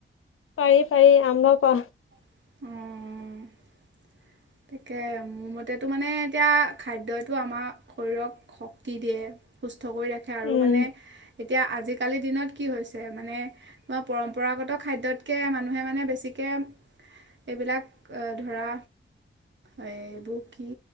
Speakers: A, on the left (about 80°); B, on the right (about 60°).
A: পাৰি পাৰি আৰম্ভ কৰা
B: উম তাকে মোৰ মতেতো মানে এতিয়া খাদ্যই টো আমাৰ শৰীৰক শক্তি দিয়ে সুস্থ কৰি ৰাখে আৰু
A: উম
B: মানে এতিয়া আজিকালিৰ দিনত কি হৈছে মানে ম পৰম্পৰাগত খাদ্যতকৈ মানুহে মানে বেছিকৈ এইবিলাক ধৰা এ এইবোৰ কি